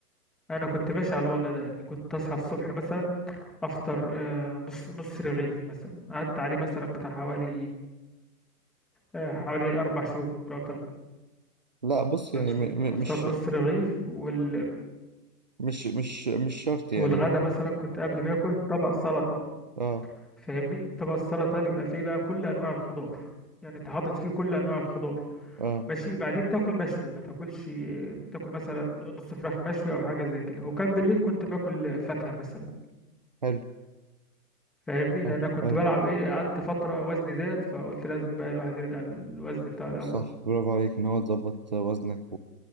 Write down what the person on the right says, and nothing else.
لا بص يعني
م... م...
مش
مش مش مش شرط يعني
اه
اه
حلو
حلو
ايه
صح برافو عليك ان هو تظبط وزنك